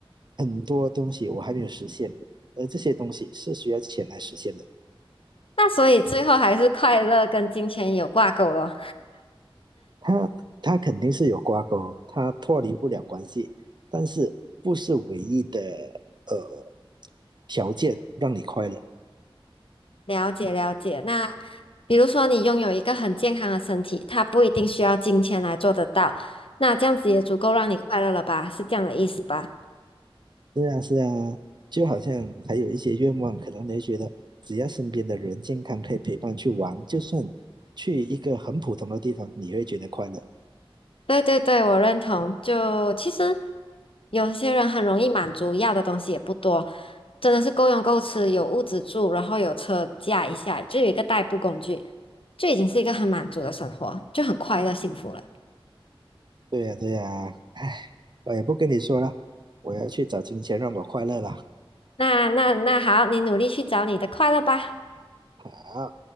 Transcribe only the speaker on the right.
很多东西我还没有实现，而这些东西是需要钱来实现的。
他他肯定是有挂钩，他脱离不了关系，但是不是唯一的呃条件让你快乐。
是啊，是啊，就好像还有一些愿望，可能你会觉得只要身边的人健康，可以陪伴去玩，就算去一个很普通的地方，你会觉得快乐。
对呀，对呀，唉，我也不跟你说了，我要去找金钱让我快乐了。
好。